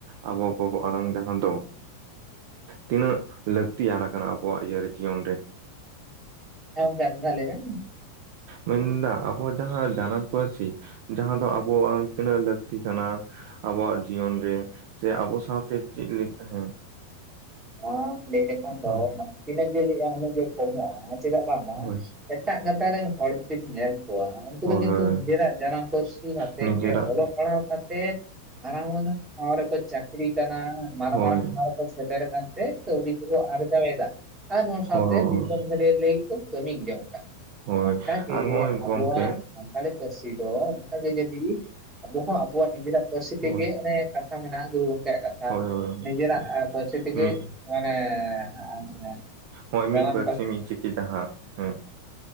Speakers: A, on the right (about 50°); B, on the right (about 20°).
A: ᱟᱵᱚ ᱠᱚᱵᱚ ᱟᱲᱟᱝ ᱡᱟᱦᱟᱸ ᱫᱚ ᱛᱤᱱᱟᱹᱜ ᱞᱟᱹᱠᱛᱤᱭᱟᱱ ᱠᱟᱱᱟ ᱟᱵᱚᱣᱟᱜ ᱤᱭᱟᱹ ᱨᱮ ᱡᱤᱭᱚᱱ ᱨᱮ?
B: ᱦᱮᱸ ᱜᱚᱢᱠᱮ ᱟᱨ ᱢᱤᱫ ᱫᱷᱟᱣ ᱞᱮᱭ ᱵᱮᱱ ᱾
A: ᱢᱮᱱᱮᱫᱟ ᱟᱵᱚᱣᱟᱜ ᱡᱟᱦᱟᱸ ᱡᱟᱱᱟᱢ ᱯᱟᱹᱨᱥᱤ, ᱡᱟᱦᱟᱸ ᱫᱚ ᱟᱵᱚᱣᱟᱝ ᱛᱤᱱᱟᱹᱜ ᱞᱟᱹᱠᱛᱤ ᱠᱟᱱᱟ? ᱟᱵᱚᱣᱟᱜ ᱡᱤᱭᱚᱱ ᱨᱮ ᱥᱮ ᱟᱵᱚ ᱥᱟᱶᱛᱮ ᱪᱮᱫ ᱞᱮᱠᱟ ᱦᱮᱸ
B: ᱦᱚᱸ ᱞᱟᱹᱭ ᱞᱮᱠᱷᱟᱱ ᱫᱚ
A: ᱦᱳᱭ
B: ᱢᱟᱱᱮ ᱛᱤᱱᱟᱹᱜ ᱜᱮ ᱞᱮᱹᱜ-ᱟ ᱩᱱᱟᱹᱜ ᱜᱮ ᱠᱚᱢᱚᱜ-ᱟ ᱾ ᱪᱮᱫᱟᱜ ᱵᱟᱝᱢᱟ
A: ᱦᱳᱭ
B: ᱮᱴᱟᱜ ᱜᱟᱛᱟ ᱨᱮᱱ ᱦᱚᱲ ᱡᱩᱫᱤ ᱵᱤᱱ ᱧᱮᱞ ᱠᱚᱣᱟ ᱩᱱᱠᱩ
A: ᱦᱳᱭ
B: ᱫᱚ ᱠᱤᱱᱛᱩ ᱱᱤᱡᱮᱨᱟᱜ ᱡᱟᱱᱟᱢ ᱯᱟᱹᱨᱥᱤ ᱟᱛᱮᱜ
A: ᱱᱤᱡᱮᱨᱟᱜ
B: ᱜᱮ ᱚᱞᱚᱜ ᱯᱟᱲᱦᱟᱣ ᱠᱟᱛᱮᱫ <unintelligible> ᱴᱷᱟᱶ ᱨᱮᱠᱚ ᱪᱟᱹᱠᱨᱤ ᱠᱟᱱᱟ ᱢᱟᱨᱟᱝ
A: ᱦᱳᱭ
B: ᱢᱟᱨᱟᱝ ᱴᱷᱟᱶ ᱨᱮᱠᱚ ᱥᱮᱴᱮᱨ ᱟᱠᱟᱱᱛᱮ ᱠᱟᱹᱣᱰᱤ ᱠᱚᱠᱚ ᱟᱨᱡᱟᱣ ᱮᱫᱟ᱾ ᱟᱨ ᱱᱚᱣᱟ
A: ᱦᱳᱭ
B: ᱥᱟᱶᱛᱮ ᱫᱤᱥᱚᱢ ᱵᱷᱟᱹᱞᱟᱹᱭ ᱞᱟᱹᱜᱤᱫ ᱠᱚ ᱠᱟᱹᱢᱤᱠ ᱡᱚᱝ ᱠᱟᱱᱟ ᱾
A: ᱦᱳᱭ
B: ᱚᱝᱠᱟ ᱜᱮ
A: ᱟᱨ ᱦᱚᱸᱜᱼᱚᱭ ᱜᱚᱝᱠᱮ
B: ᱟᱵᱚᱣᱟᱜ ᱥᱟᱱᱛᱟᱲᱤ ᱯᱟᱹᱨᱥᱤ ᱫᱚ ᱚᱱᱠᱟ ᱜᱮ ᱡᱚᱫᱤ ᱟᱵᱚ ᱦᱚᱸ ᱟᱵᱚᱣᱟᱜ ᱱᱤᱡᱮᱨᱟᱜ ᱯᱟᱹᱨᱥᱤ
A: ᱦᱳᱭ
B: ᱛᱮᱜᱮ ᱚᱱᱮ ᱠᱟᱛᱷᱟ ᱢᱮᱱᱟᱜ-ᱟ ᱜᱩᱨᱩ ᱜᱚᱝᱠᱮᱭᱟᱜ ᱠᱟᱛᱷᱟ
A: ᱦᱳᱭ ᱦᱳᱭ
B: ᱱᱤᱡᱮᱨᱟᱜ
A: ᱦᱳᱭ
B: ᱯᱟᱹᱨᱥᱤ ᱛᱮᱜᱮ
A: ᱢᱤᱫ
B: ᱚᱱᱮ ᱦᱟᱜ ᱚᱱᱮ
A: ᱦᱳᱭ ᱢᱤᱫ ᱯᱟᱹᱨᱥᱤ ᱢᱤᱫ ᱪᱤᱠᱤ ᱡᱟᱦᱟᱸ ᱦᱮᱸ